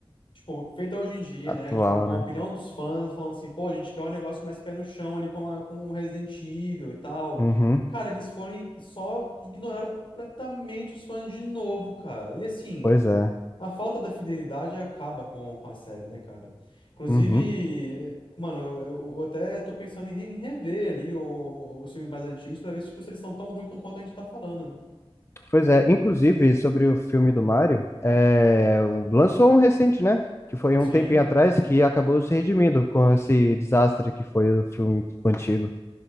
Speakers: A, on the left; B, on the left.
A: tipo, feita hoje em dia,
B: atual,
A: né? Tipo, com
B: né?
A: a opinião dos fãs, falando assim, pô, a gente quer um negócio mais pé no chão ali com, a, com o Resident Evil e tal.
B: Uhum,
A: Cara, eles foram e só ignoraram completamente os fãs de novo, cara. E assim,
B: pois é.
A: a falta da fidelidade acaba com, com a série, né, cara? Inclusive,
B: Uhum.
A: mano, eu, eu até tô pensando em, re- em rever ali o- os filmes mais antigos pra ver tipo, se eles são tão ruins quanto a gente tá falando, né?
B: Pois é, inclusive sobre o filme do Mario, é, o- lançou um recente, né? Que foi
A: Sim,
B: um tempinho atrás que acabou se redimindo com esse desastre que foi o filme antigo.